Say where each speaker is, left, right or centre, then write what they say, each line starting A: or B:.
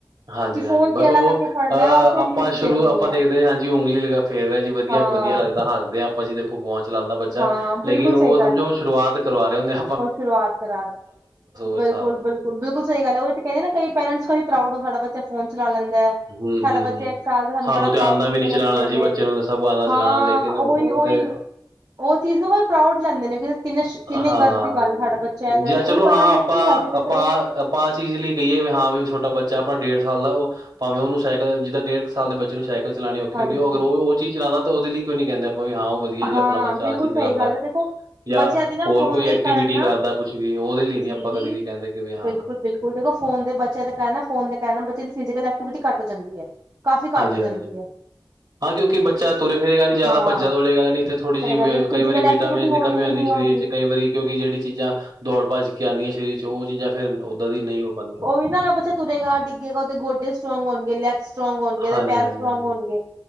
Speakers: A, on the right; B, on the right.
A: ਹਾਂਜੀ-ਹਾਂਜੀ
B: ਕਿ ਫੋਨ ਟੇਢਾ
A: ਬਸ ਓ-
B: ਕਰਕੇ ਫੜਨਾ
A: ਅਹ,
B: ਹੈ ਔਰ ਤੇ
A: ਆਪਾਂ
B: ਰੀਲਸ
A: ਸ਼ੁਰੂ
B: ਦੇਖਣੀ
A: ਆਪਾਂ
B: ਹੈ
A: ਦੇਖਦੇ ਆਂ, ਹਾਂਜੀ ਉਂਗਲੀ ਲਗਾ ਫੇਰ ਰਿਹਾ ਜੀ ਵਧੀਆ-ਵਧੀਆ
B: ਹਾਂ
A: ਲੱਗਦਾ ਹੱਸਦੇ ਆਂ ਆਪਾਂ ਭਾਜੀ ਜੀ ਦੇਖੋ ਫੋਨ ਚਲਾਉਂਦਾ ਬੱਚਾ,
B: ਹਾਂ
A: ਲੇਕਿਨ
B: ਬਿਲਕੁਲ
A: ਉਹ
B: ਸਹੀ
A: ਸਮਝੋ
B: ਗੱਲ ਹੈ
A: ਸ਼ੁਰੂਆਤ ਕਰਵਾ ਰਹੇ ਹੁੰਦੇ ਆ
B: ਉਹ ਸ਼ੁਰੂਆਤ ਕਰਾ,
A: ਹਿਸਾਬ
B: ਬਿਲਕੁਲ-ਬਿਲਕੁਲ-
A: ਹੈ।
B: ਬਿਲਕੁਲ ਸਹੀ ਗੱਲ ਐ ਉਹੀ ਤੇ ਕਹਿੰਦੇ ਨੇ ਕਈ ਪੇਰੈਂਟਸ ਪ੍ਰਾਊਡ ਹੋਉ ਸਾਡਾ ਬੱ ਬਚਾ ਫੋਨ ਚਲਾ ਲੈਂਦਾ,
A: ਹੂੰ,
B: ਸਾਡਾ
A: ਹੂੰ,
B: ਬੱਚਾ
A: ਹੂੰ
B: ਇੱਕ ਸਾਲ ਤੇ ਸਾਨੂੰ ਬੜਾ ਪ੍ਰੋਆਊਡ
A: ਆਉਂਦਾ
B: ਫੀਲ
A: ਵੀ ਨੀ
B: ਐ ਬੱਚੇ
A: ਚਲਾਉਣਾ
B: ਤੇ।
A: ਜੀ ਨੂੰ ਤਾਂ ਸਭ ਆਉਂਦਾ
B: ਹਾਂ
A: ਚਲਾਉਣਾ ਲੇਕਿਨ ਉਹ
B: ਉਹੀ-ਉਹੀ,
A: ਤੇ
B: ਉਹ ਚੀਜ਼ ਨੂੰ ਕੋਈ ਪ੍ਰਾਊਡ ਲੈਂਦੇ ਨੇ ਕਿੰਨੇ-ਕਿੰਨੇ
A: ਹਾਂ,
B: ਗਰਭ
A: ਹਾਂ
B: ਦੀ ਗੱਲ, ਸਾਡਾ ਬੱਚਾ ਐਂ ਕਰਦਾ,
A: ਜਾਂ
B: ਉਹਨਾਂ
A: ਚਲੋ
B: ਨੂੰ ਪਤਾ
A: ਹਾਂ
B: ਨੀ
A: ਆਪਾਂ
B: ਐ ਕੀ ਹਜੇ ਤਾਂ
A: ਆਪਾਂ
B: ਚਲੋ
A: ਆਪਾਂ ਚੀਜ਼ ਲਈ ਕਹੀਏ, ਵੀ ਹਾਂ ਵੀ ਛੋਟਾ ਬੱਚਾ ਆਪਣਾ ਡੇਢ ਸਾਲ ਦਾ ਓ ਭਾਵੇਂ ਉਹਨੂੰ ਸਾਇਕਲ, ਜਿੱਦਾਂ ਡੇਢ ਕ ਸਾਲ ਦੇ ਬੱਚੇ ਨੂੰ ਸਾਈਕਲ ਸਾਈਕਲ ਚਲਾਉਣੀ ਔਖੀ
B: ਹਾਂਜੀ
A: ਹੁੰਦੀ, ਉਹ ਅਗਰ ਉਹ ਚੀਜ਼ ਚਲਾਉਂਦਾ ਉਹਦੇ ਲਈ ਕਿਉਂ ਨੀ ਕੈੰਦੇ ਵੀ ਹਾਂ ਜੀ
B: ਹਾਂ
A: ਆਪਣਾ ਬੱਚਾ
B: ਬਿਲਕੁਲ
A: ਆਹ ਚੀਜ਼
B: ਸਹੀ
A: ਚਲਉਂਦਾ,
B: ਗੱਲ ਹੈ ਦੇਖੋ
A: ਜਾਂ,
B: ਬੱਚਿਆਂ ਦੀ ਨਾ
A: ਹੋਰ
B: ਫੋਨ
A: ਕੋਈ
B: ਦੇ
A: ਐਕਟੀਵਿਟੀ
B: ਕਾਰਨ ਨਾ
A: ਕਰਦਾ ਕੁਛ ਵੀ ਉਹਦੇ ਲਈ ਨੀ
B: ਜੀ
A: ਆਪਾਂ
B: ਜੀ
A: ਕਦੇ ਵੀ ਕਹਿੰਦੇ ਕਿ ਵੀ ਹਾਂ
B: ਬਿਲਕੁਲ ਬਿਲਕੁਲ ਦੇਖੋ ਫੋਨ ਦੇ ਬੱਚਿਆਂ ਦੇ ਕਾਰਨ ਫੋਨ ਦੇ ਕਾਰਨ ਨਾ ਬੱਚਿਆਂ ਦੀ ਫਿਜੀਕਲ ਘੱਟ ਹੋ ਜਾਂਦੀ ਏ ਕਾਫ਼ੀ
A: ਹਾਂਜੀ,
B: ਘੱਟ ਹੋ ਜਾਂਦੀ
A: ਹਾਂਜੀ।
B: ਏ
A: ਹਾਂ ਕਿਉਂਕਿ ਬੱਚਾ ਤੁਰੇ ਫਿਰੇਗਾ ਨੀ, ਜ਼ਿਆਦਾ
B: ਹਾਂ
A: ਭੱਜਾ ਦੌੜੇਗਾ ਨੀ, ਤੇ ਥੋੜ੍ਹੀ
B: ਕਰੇਗਾ
A: ਜੀ
B: ਤੇ ਫਿਜ਼ਕਲ
A: ਕਈ ਵਾਰੀ
B: ਐਕਟੀਵਿਟੀ
A: ਵਿਟਾਮਿਨ
B: ਹੋਣੀ
A: ਦੀ ਕਮੀ ਆਉਂਦੀ
B: ਹੀ ਨੀ ਹੈ
A: ਸਰੀਰ
B: ਉਹਦੀ
A: ਚ ਕਈ ਵਾਰੀ ਕਿਉਂ ਕਿਹੜੀ ਚੀਜਾਂ, ਦੌੜ ਭੱਜ ਕੇ ਆਉਂਦੀਆ ਸਰੀਰ ਉਹ ਚੀਜ਼ਾਂ ਫਿਰ ਓਦਾਂ ਦੀ ਨਹੀਂ ਹੋ ਪਾਉਂਦੀਆਂ
B: ਕੋਈ ਨਾ ਬੱਚਾ ਤੁਰੇਗਾ ਡਿੱਗੇਗਾ ਉਹਦੇ ਗੋਡੇ ਸਟਰੋਂਗ ਹੋਣਗੇ ਲੈੱਗ ਸਟਰੋਂਗ ਹੋਣਗੇਦੇ
A: ਹਾਂਜੀ,
B: ਪੈਰ
A: ਹਾਂਜੀ,
B: ਸਟਰੋਂਗ
A: ਹਾਂਜੀ।
B: ਹੋਣਗੇ